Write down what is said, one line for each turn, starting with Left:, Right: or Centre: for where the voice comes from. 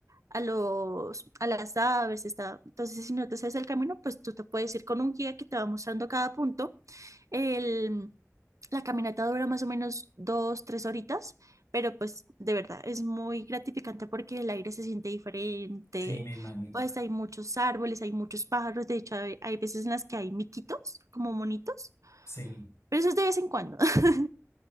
Right: a los, a las aves, está. Entonces, si no te sabes el camino, pues tú te puedes ir con un guía que te va mostrando cada punto el, la caminata dura más o menos dos, tres horitas, pero pues de verdad es muy gratificante porque el aire se siente diferente.
Left: sí, me imagino.
Right: Pues hay muchos árboles, hay muchos pájaros, de hecho hay, hay veces en las que hay miquitos, como monitos,
Left: Sí.
Right: pero eso es de vez en cuando. <laughs>